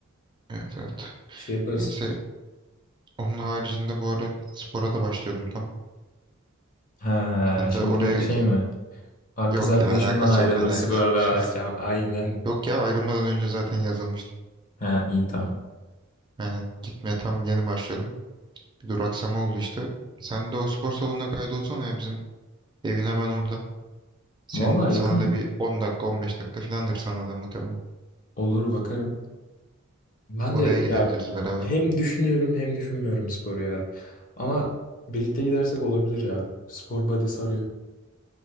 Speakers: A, on the right; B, on the left.
A: Evet evet.
B: şey yaparız.
A: Neyse onun haricinde bu ara spora da başlıyordum tam.
B: Ha
A: Ben
B: şimdi
A: de oraya
B: şey mi? Ar-
A: Yok
B: Kız arkadaşımdan
A: ya alakası
B: ayrılır
A: yok alakası
B: sıfırda
A: yok. <laughs>
B: Ya, aynen.
A: Yok ya ayrılmadan önce zaten yazılmıştım.
B: Ha iyi tamam.
A: Aynen gitmeye tam yeni başlıyordum. Bir duraksama oldu işte. Sen de o spor salonuna kaydolsana ya bizim evin hemen orada. Senin,
B: Vallahi
A: sana
B: yakın
A: da
B: mı?
A: bir 10 dakika 15 dakika filandır sana da muhtemelen.
B: Olur bakarım. Ben
A: Oraya
B: de ya
A: gidebiliriz beraber.
B: hem düşünüyorum hem düşünmüyorum spor ya. Ama birlikte gidersek olabilir ya. Spor body sarıyor.